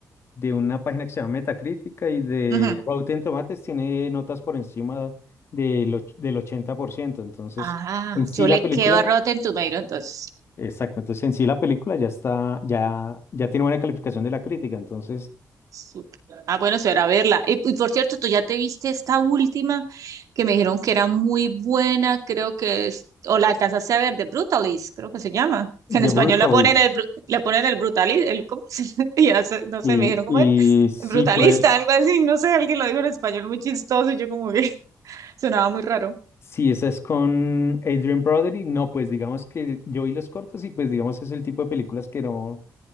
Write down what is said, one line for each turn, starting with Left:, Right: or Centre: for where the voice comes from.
Left: de una página que se llama Metacrítica y de
Right: Ujú.
Left: Rotten Tomatoes tiene notas por encima del, och- del ochenta por ciento Entonces,
Right: Ah,
Left: en sí
Right: yo
Left: la
Right: le
Left: película
Right: quedo a Rotten Tomatoes, entonces.
Left: Exacto, entonces en sí la película ya está, ya, ya tiene buena calificación de la crítica, entonces
Right: Súper. Ah, bueno, será verla. Y, y por cierto, tú ya te viste esta última que me dijeron que era muy buena, creo que es, o la alcanzaste a ver, de Brutalist, creo que se llama. Que
Left: The
Right: en español
Left: Brutalist.
Right: la ponen el, bru- la ponen el Brutalist, el, ¿cómo se <laughs> ya sé, No
Left: Y,
Right: sé, me dijeron cómo
Left: y
Right: era,
Left: sí,
Right: Brutalista,
Left: por el-
Right: algo así, no sé, alguien lo dijo en español muy chistoso y yo como que <laughs> sonaba muy raro.
Left: si esa es con Adrian Brody, no, pues digamos que yo vi los cortos y pues digamos es el tipo de películas que no,